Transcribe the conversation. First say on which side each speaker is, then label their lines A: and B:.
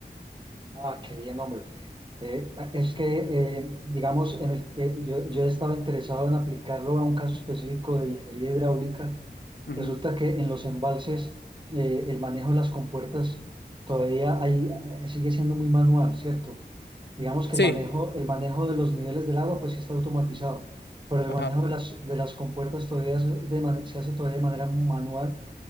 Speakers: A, on the right (about 30°); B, on the left (about 85°).
A: Ah, qué bien, hombre. Eh, es que,
B: Ujú,
A: eh, digamos, en el- eh, yo, yo estaba interesado en aplicarlo a un caso específico de ingeniería hidráulica.
B: ujú.
A: Resulta que en los embalses, eh, el manejo de las compuertas todavía hay, eh, sigue siendo muy manual, ¿cierto? Digamos que
B: Sí.
A: el manejo, el manejo de los niveles del agua, pues sí está automatizado, pero el
B: Ajá.
A: manejo de las, de las compuertas todavía es de man- se hace todavía de manera manual